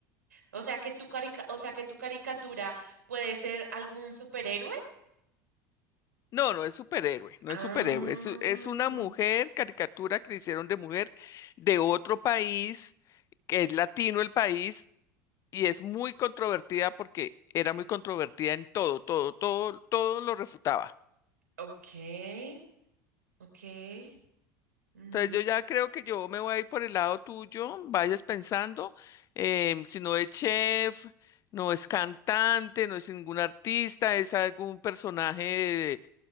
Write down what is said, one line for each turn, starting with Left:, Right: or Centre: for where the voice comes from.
Right: O sea que tu carica, o sea que tu caricatura puede ser algún superhéroe.
Left: No, no es superhéroe, no
Right: Ah,
Left: es superhéroe. Es, u- es una mujer, caricatura que le hicieron de mujer de otro país, que es latino el país, y es muy controvertida porque era muy controvertida en todo, todo, todo, todo lo refutaba.
Right: ok, ok. Mm,
Left: Entonces yo ya creo que yo me voy a ir por el lado tuyo, vayas pensando, em, si no es chef, no es cantante, no es ningún artista, es algún personaje de-